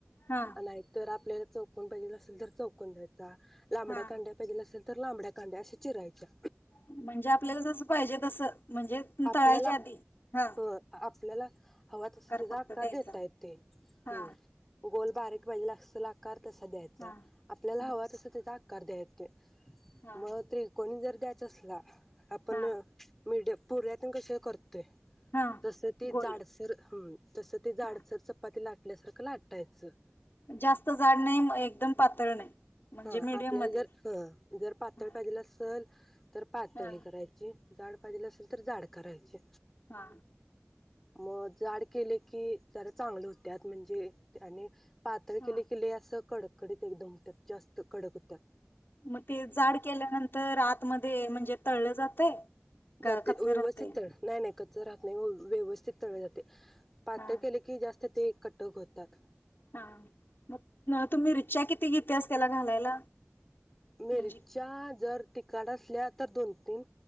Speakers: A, on the left; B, in the centre.
A: हा
B: नाही तरर आपल्या चौकन पायजेल असेल तर चौकन द्याय लांबड्या
A: हा
B: कांड्या कधी नसल तर लांबड्या कांडे अशा चिरायच्या
A: म्हणजे आप आपल्याला जसं पाहिजे तसं म्हणजे
B: आपल्याला
A: तळायच्या आधी हा
B: हो आपल्याला हवा तस त्याचा
A: फक्त
B: आकार
A: द्यायचा
B: देता येतोय
A: हा
B: हम्म गोल बारीक वळल असा आकार तसा द्यायचा
A: हा
B: आपल्याला
A: हा
B: हवा तसा त्याचा आका आकार द्या
A: हा
B: मग त्रिकोणी जर द्या तसला आपण
A: हा
B: मीडियम पुऱ्या त्यांन कशा करतोय?
A: हा
B: तस ते
A: गोल
B: जाडसर ह तस ते जाडसर
A: हा
B: चपाती ला आपल्यासारखं लाटायचं
A: जास्त झाड नाही एकदम पातळ नाही म्हणजे
B: हा
A: मीडियम
B: आपल्याला
A: मध्ये
B: जर ह जर पातळ
A: हा
B: पाहिजेला असल तर पातळ
A: हा
B: ह करायची जाड पाहिजेलं असेल तर जाड करायचे
A: हा
B: मग जाड केले की जरा चांगले होतत म्हणजे आणि पातळ
A: हा
B: केले केिली असं कडक कडक एकदम त्यात जास्त कडक व्हत्यात
A: म ते जाड केल्यानंतर आातमध्ये म्हणजे तळलं जातय का
B: जाते
A: कच्च
B: व्यवस्थित
A: राहतय
B: तळ नाय नाय कच राहत नाही व व्यवस्थित तळल जातय. पातळ
A: हा
B: केले की जास्त ते कटक होतात.
A: हा मग तु मीरच्च्या किती घेतेस त्याला घालायला?
B: मिरच्या
A: म्हणजे
B: जर ति काट असल्या तर दोन तीन